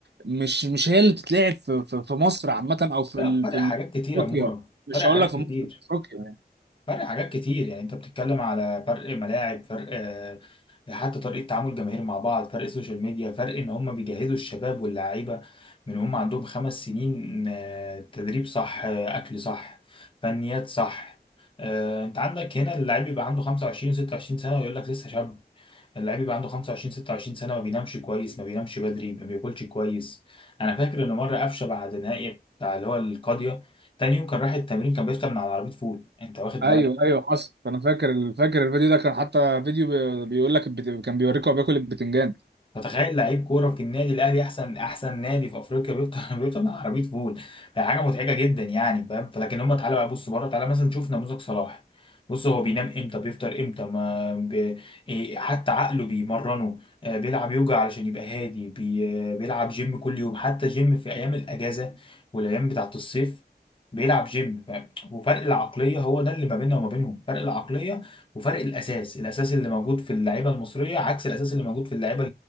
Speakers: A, on the right (about 80°); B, on the left (about 30°).
A: مش مش هي اللي بتتلعب في في, في مصر عامة او في
B: لا
A: ال...
B: فرق
A: في ال-
B: حاجات كتير
A: افريقيا
B: يا مورا
A: مش
B: فرق
A: هقول
B: حاجات
A: لك في مصر
B: كتير
A: في افريقيا يعني
B: فرق حاجات كتير يعني انت بتتكلم على فرق ملاعب فرق آه، حتى طريقة تعامل الجماهير مع بعض فرق السوشيال ميديا فرق ان هم بيجهزوا الشباب واللعيبة من هم عندهم خمس سنين آه، تدريب صح آه، اكل صح فنيات صح آه، انت عندك هنا اللعيب بيبقى عنده 25 26 سنة ويقول لك لسه شاب اللاعب يبقى عنده 25 26 سنه ما بينامش كويس ما بينامش بدري ما بياكلش كويس انا فاكر ان مره قفشه بعد نهائي بتاع اللي هو القاضيه تاني يوم كان رايح التمرين كان بيفطر من على عربيه فول انت واخد
A: ايوه
B: بالك
A: ايوه حصل انا فاكر فاكر الفيديو ده كان حتى فيديو بي- بيقول لك البت... كان بيوريكوا هو بياكل البتنجان
B: فتخيل لعيب كوره في النادي الاهلي احسن احسن نادي في افريقيا بيفطر <laughs> بيفطر مع عربيه فول حاجه مضحكه جدا يعني فاهم فلكن هم تعالى بقى بص بره تعالى مثلا نشوف نموذج صلاح بص هو بينام امتى بيفطر امتى ما بي... إيه، حتى عقله بيمرنه آه، بيلعب يوجا علشان يبقى هادي بي... آه، بيلعب جيم كل يوم حتى جيم في ايام الاجازه والايام بتاعت الصيف بيلعب جيم فاهم؟ وفرق العقليه هو ده اللي ما بيننا وما بينهم فرق العقليه وفرق الاساس الاساس اللي موجود في اللعيبه المصريه عكس الاساس اللي موجود في اللعيبه